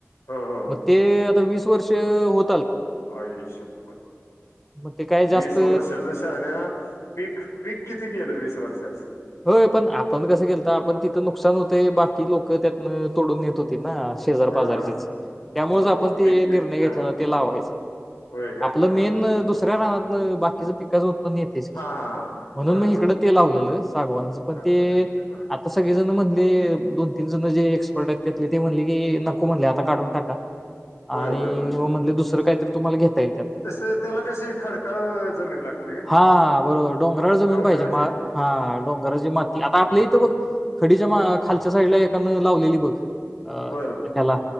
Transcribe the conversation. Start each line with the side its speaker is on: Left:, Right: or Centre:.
Left: हो हो
Centre: मते आता वीस वर्ष हो
Left: आयशपर
Centre: मग ते काय
Left: वीस
Centre: जास्त
Left: वर्षाच शान्या पीक पीक किती गेलं वीस वर्षाचं?
Centre: होय पण आपण कसं केल तर आपण तिथं नुकसान होते बाकी लोक त्यातन तोडून न्हेत होते ना. शेजार
Left: हा
Centre: पाजारचीच
Left: हा हा
Centre: त्यामुळेच
Left: बरोबर
Centre: आपण ते
Left: पीक
Centre: निर्णय
Left: पीक हा
Centre: घेतलेला ते लावायच
Left: होय का
Centre: आपलं
Left: हा हा
Centre: मेन दुसऱ्या रानात म बाकीचं पिकाचं उत्प पण येतेच की,
Left: हा हा हा
Centre: म्हणून
Left: बर
Centre: मग इकडं
Left: बर
Centre: ते लावलेलं. सागवानाच पण
Left: अच्छा
Centre: ते
Left: बर
Centre: आता सगळेजण म्हणले दोन तीन जण जे एक्सपर्ट आहेत त्यातले ते म्हणले की नको म्हणले आता काढून टाका.
Left: होय
Centre: आणि
Left: होय होय
Centre: म्हणले दुसरं काहीतरी तुम्हाला घेता येईल त्यात
Left: तसे त्याला कशी खडकाळ जमीन लागते का?
Centre: हा बरोबर डोंगराळ जमीन
Left: डोंगराची
Centre: पाहिजे हा. डोंगराची माती आता आपल्या इथं बग खडीच्या खालच्या साईडला एकानं लावलेली बघ. अ
Left: बर बर
Centre: हेला